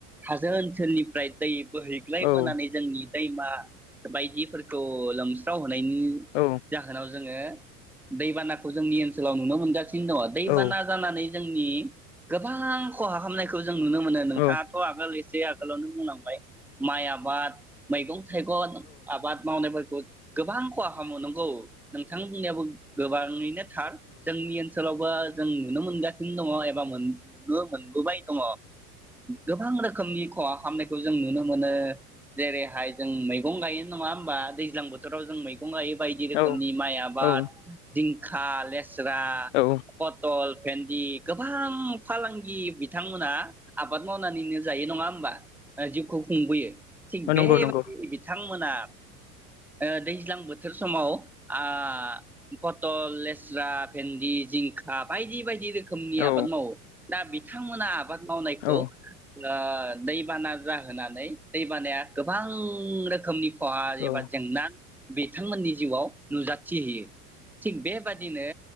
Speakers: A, in the centre; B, on the left (about 50°).
A: हाजो ओनसोलनिफ्राय दै बोहैग्लायबोनानै
B: औ
A: जोंनि दैमा बायदिफोरखौ लोमस्राव हो नायनि
B: औ
A: जाहोनाव जोङो दैबाना खौ जोंनि ओनसोलाव नुनो मोनगासिनो दङ बाना
B: औ
A: जाना नै जोंनि गोबां खहा खालामनायखौ जों नुनो मोनो नोंथाङाथ'
B: औ
A: आगोल ए से आगोलावनो बुंलांबाय माइ आबाद मैगं थाइगं आबाद मावनायफोरखौ गोबां खहा खालामो नंगौ नोंथां <unintelligible> गोबाङैनो नोंथां जोंनि ओनसोलावबो नुनो मोनगासिनो दङ एबा नुनो मोनबोबाय दङ गोबां रोखोमनि खहा खालामनायखौ जों नुनो मोनो जेरैहाय जों मैगं गायो नङा होमबा दैज्लां बोथोराव जों मै गं गायो बायदि रोखोमनि
B: औ
A: माइ आबाद
B: औ
A: जिं खा ले स्रा
B: औ
A: पटल भेन्दि गोबां फालांगि बिथांमोना आबाद मावनानैनो जायो नङा होमबा जिउखौ खुंबोयो थिग
B: औ
A: बे
B: नंगौ नंगौ
A: बायदिनो बिथां मोना ओ दैज्लां बोथोर समाव ओ फथल लेस्रा भेन्दि जिं खा बायदि बायदि रो खोमनि
B: औ
A: आबाद मावो दा बिथांमोना आबाद मावनायखौ
B: औ
A: ओ दैबाना जाहोनानै दैबानाया गोबां रोखोमनि खहा
B: औ
A: एबा जेंना बिथांमोननि जिउआव नुजाथिहैयो थिग बेबादिनो